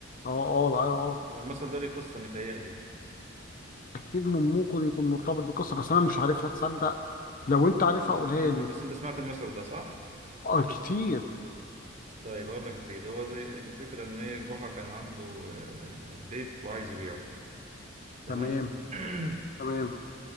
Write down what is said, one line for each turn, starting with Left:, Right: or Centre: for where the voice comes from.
Left: آه آه آه
Right: والمثل
Left: آه.
Right: ده ليه قصه متهيألي
Left: أكيد من ممكن يكون مرتبط بقصة بس أنا مش عارفها تصدق لو أنت عارفها
Right: مش
Left: قولها
Right: مش انت
Left: لي
Right: بس انت سمعت المثل ده صح؟
Left: آه كتير
Right: طيب هقول لك يا سيدي هو زي الفكره ان ايه جحا كان عنده آه، بيت وعايز يبيعه تمام
Left: تمام
Right: <clears throat>
Left: تمام